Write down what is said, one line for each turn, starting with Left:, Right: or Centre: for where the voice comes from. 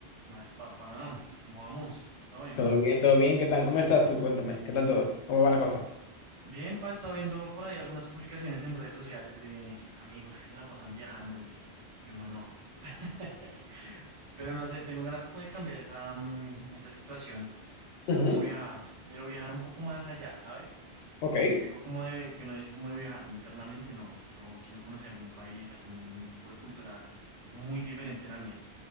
Right: Más papá, ¿cómo vamos? ¿Todo bien?
Left: Todo bien, todo bien. ¿Qué tal? ¿Cómo estás tú? Cuéntame. ¿Qué tal todo? ¿Cómo va la cosa?
Right: Bien, pa, estaba viendo por ahí algunas publicaciones en redes sociales de amigos que se la pasan viajando y, y uno no. <laughs> Pero no sé, tengo ganas como de cambiar esa, mm, esa situación. Quiero
Left: Ujú,
Right: como viajar, pero viajar un poco más allá, ¿sabes?
Left: Ok,
Right: Lo típico como de que uno dice como de viajar internamente, no, quiero, quiero conocer algún país, algún tipo de cultura muy diferente a la mía,